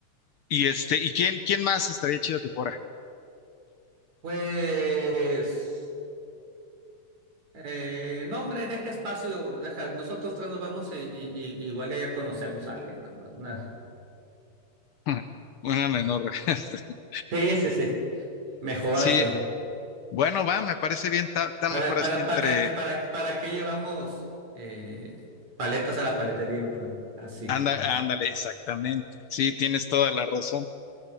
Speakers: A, on the left (about 70°); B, on the right (about 70°).
A: Y este, ¿y quién, quién más estaría chido que fuera?
B: Pues, eh, no, hombre, deja espacio, deja, nosotros tres nos vamos y, y- y- igual ya conocemos a alguien. ¿no? Una-
A: <laughs> Una menor. <laughs>
B: Sí, sí, sí, mejor
A: Sí,
B: así.
A: bueno, va, me parece bien, está, está
B: Para,
A: mejor
B: para,
A: así entre...
B: para, que, para, para qué llevamos eh, paletas a la paletería, hombre? Así,
A: Anda,
B: mejor.
A: ándale, exactamente. Sí, tienes toda la razón.